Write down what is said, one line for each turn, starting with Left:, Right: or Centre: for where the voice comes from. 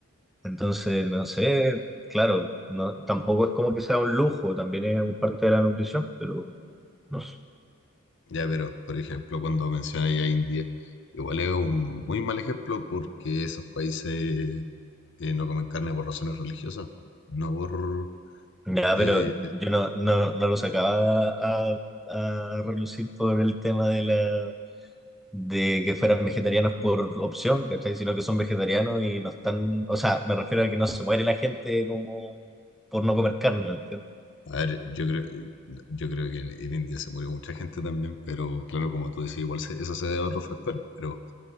Centre: Entonces, no sé, claro, no, tampoco es como que sea un lujo, también es parte de la nutrición, pero no sé.
Left: Ya, pero, por ejemplo, cuando mencioné a India, igual es un muy mal ejemplo porque esos países eh, no comen carne por razones religiosas, no por...
Centre: Ya,
Left: eh,
Centre: pero
Left: te-
Centre: yo no, no, no lo sacaba a, a relucir por el tema de la, de que fueran vegetarianos por opción, ¿cachai? Sino que son vegetarianos y no están, o sea, me refiero a que no se muere la gente como por no comer carne, ¿me entiendes?
Left: a ver, yo creo, yo creo que en, en India se murió mucha gente también, pero claro, como tú decís, igual se- eso se debe a otros factores, pero